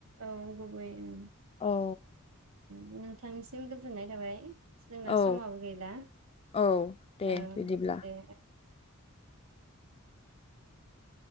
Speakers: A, on the right (about 75°); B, on the left (about 25°).
A: औ गुबै ओ
B: औ
A: नोंथांनिसिम गोजोननाय थाबाय जोंना
B: औ
A: समाबो गैला
B: औ दे
A: औ
B: बिदिब्ला
A: दे <unintelligible>